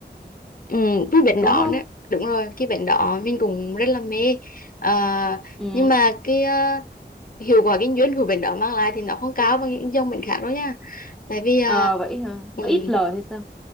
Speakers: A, on the left; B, in the centre.
A: Ừ, cái bệnh
B: đúng
A: đỏ
B: không
A: nữa đúng rồi cái bệnh đỏ mình cũng rất là mê à,
B: ừ
A: nhưng mà cái ờ, hiệu quả kinh doanh của bệnh đỏ mang lại thì nó không cao bằng những dòng bệnh khác đâu nha tại vì
B: ờ
A: uh,
B: vậy hả
A: um,
B: nó ít lời hay sao